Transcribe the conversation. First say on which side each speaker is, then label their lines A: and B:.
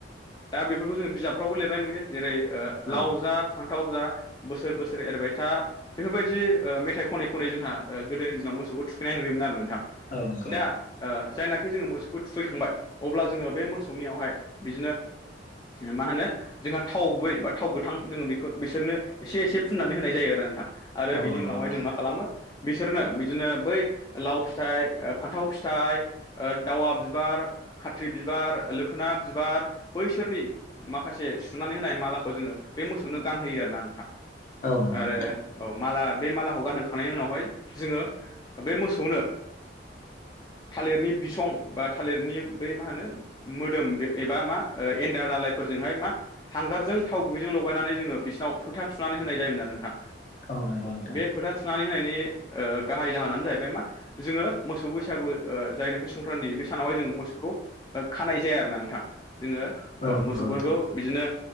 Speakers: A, on the left; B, on the left.
A: दा बेफोरखौ जोङ बिजाबफ्रावबो लिरनाय नुयो जेरै ओ लाव
B: औ
A: जा फान्थाव जा बोसोर बोसोर एरबाय था बेफोरबायदि ओ मेथाइ खनै खनै जोंहा गोदोनि दिनाव मोसौखौ थुखैनाय नुयोमोन आरो नोंथां।
B: औ नंगौ
A: दा जायनाखि जोङो मोसौखौ थुखैखांबाय अब्ला जोङो बे मोसौनियावहाय बिदिनो मा होनो जोंहा थाव गुबै बा थाव गोथां जोङो बे बिसोरनो एसे एसे फुननानै होनाय जायो आरो नोंथां आरो
B: औ
A: बिनि
B: नंगौ
A: उनावहाय
B: नोंथां
A: जों मा खालामगोन बिसोरनो बिदिनो बै लाव फिथाइ फान्थाव फिथाइ दावा बिबार खाथ्रि बिबार लोखोना बिबार बैसोरनि माखासे सुनानै होनाय मालाखौ जोङो बे मोसौनो गानहोयो आरोना नोंथां
B: औ नंगौ
A: आरो
B: नोंथां
A: औ माला बे मालाखौ गानहोखांनायनि उनावहाय जोङो बे मोसौनो थालिरनि बिसं बा थालिरनि बै मा होनो मोदोम एबा मा एन्दार दालायफोरजोंहाय मा हांगारजों थाव गुबैजों ल गायनानै जोङो बिसिनाव फोथा थुनानै होनाय जायोमोन नोंथां।
B: औ नंगौ नोंथां
A: बे फोथा थुनानै होनायनि गाहाय जाहोनानो जाहैबाय मा जोङो मोसौ बैसागु ओ जायनाखि संक्रान्ति बे सानावहाय जोङो मोसौखौ खानाय जाया आरोना नोंथां जोङो
B: औ
A: मोसौफोरखौ
B: नंगौ नोंथां
A: बिदिनो